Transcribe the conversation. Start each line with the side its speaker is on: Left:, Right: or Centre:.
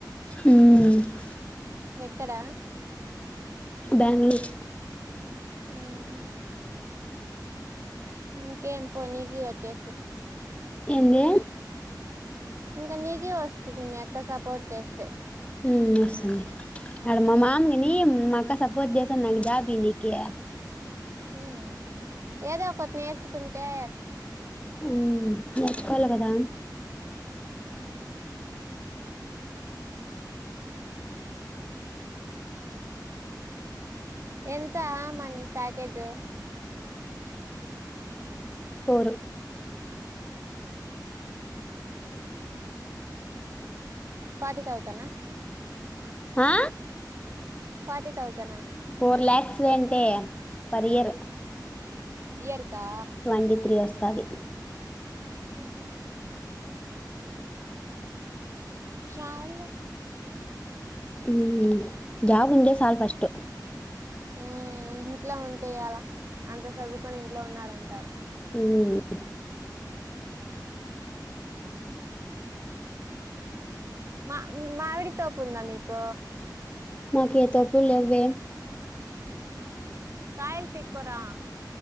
Left: ఉమ్
Right: ఎక్కడ
Left: బెంగళూరు
Right: ఉమ్ ఇంకేంపో నీకీ వచ్చే
Left: ఏంది
Right: ఇంకా నీకి వస్తుంది మీ అక్క సపోర్ట్ చేస్తే
Left: ఉమ్ <unintelligible> ఆడు మా మామయ్య నీ మా అక్క సపోర్జ జేసాంద్ నాక్ జాబ్ ఈయనికీ
Right: ఉమ్ ఏదో ఒక్కట్ నేర్చుకుంటే
Left: ఉమ్ నేర్చుకోవాల కదా
Right: ఉమ్ ఎంత ఆ money package
Left: four
Right: forty thousand నా
Left: హా
Right: ఫార్టీ థౌసనా
Left: ఫోర్ ల్యాక్స్ అంటే పర్ ఇయర్
Right: ఇయర్ కా
Left: ట్వంటీ త్రీ ఒస్తాది
Right: ఉహ్మ్ చాల్లే
Left: ఉమ్ జాబ్ ఉంటే సాల్ ఫస్ట్
Right: ఉమ్ ఇంట్ల ఉంటయి యేలా అంత చదువుకొని ఇంట్లో ఉన్నారంటారు
Left: ఉమ్
Right: మ మామిడి తోపు ఉందా మీక్
Left: మాకు ఏ తోప్పుల్లెవ్వే
Right: కాయల్ పీక్కురా